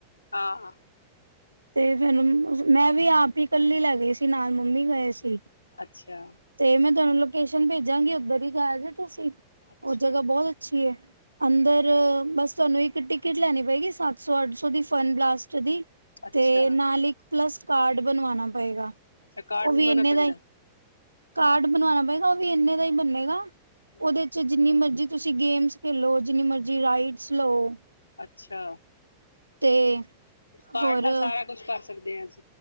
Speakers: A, on the left; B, on the right.
A: ਹਾਂ ਹਾਂ
B: ਤੇ ਫੈਨੂੰ ਮੈਂ ਵੀ ਆਪ ਹੀ ਕੱਲੀ ਲੈ ਗਈ ਸੀ ਨਾਲ ਮੰਮੀ ਗਏ ਸੀ
A: ਅੱਛਾ
B: ਤੇ ਮੈਂ ਤੁਹਾਨੂੰ ਲੋਕੇਸ਼ਨ ਭੇਜਾਂਗੇ ਉੱਧਰ ਹੀ ਜਾ ਜੇ ਤੁਸੀਂ
A: ਅੱਛਾ
B: ਉਹ ਜਗ੍ਹਾ ਬਹੁਤ ਅੱਛੀ ਏ ਅੰਦਰ ਬਸ ਤੁਹਾਨੂੰ ਇੱਕ ਟਿਕਟ ਲੈਣੀ ਪਏਗੀ ਸੱਤਸੌ ਅੱਠਸੌ ਦੀ ਫਨ ਬਲ ਦੀ
A: ਅੱਛਾ
B: ਤੇ ਨਾਲ ਇੱਕ ਪਲੱਸ, ਕਾਰਡ ਬਣਵਾਉਣਾ ਪਏਗਾ
A: ਅੱਛਾ ਕਾਰਡ
B: ਉਹ
A: ਬਣਵਾਉਣਾ
B: ਵੀ ਇੰਨੇ
A: ਪੈਂਦਾ
B: ਦਾ ਹੀ ਕਾਰਡ ਬਣਵਾਉਣਾ ਪਏਗਾ ਉਹ ਵੀ ਇੰਨੇ ਦਾ ਹੀ ਬੰਨੇਗਾ
A: ਹੂੰ
B: ਉਹਦੇ ਚ ਜਿੰਨੀ ਮਰਜ਼ੀ ਤੁਸੀਂ ਗੇਮਸ ਖੇਲੋ ਜਿੰਨੀ ਮਰਜੀ ਰਾਈਡਸ ਲਓ
A: ਅੱਛਾ
B: ਤੇ
A: ਉਸ ਕਾਰਡ
B: ਹੋਰ
A: ਨਾਲ ਸਾਰਾ ਕੁਛ ਕਰ ਸਕਦੇ ਹਾਂ ਅਸੀ